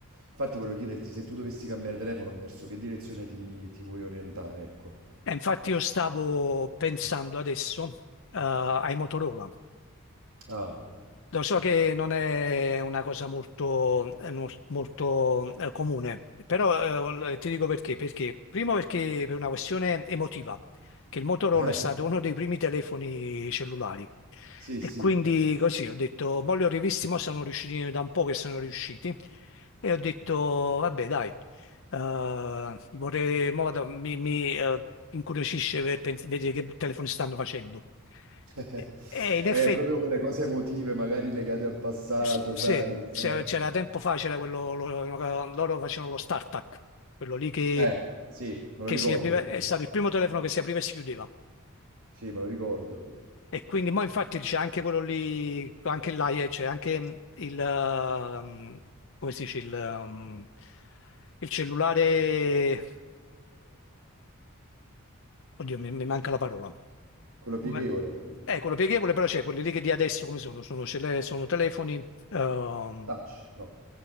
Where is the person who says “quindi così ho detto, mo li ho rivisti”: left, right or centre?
Left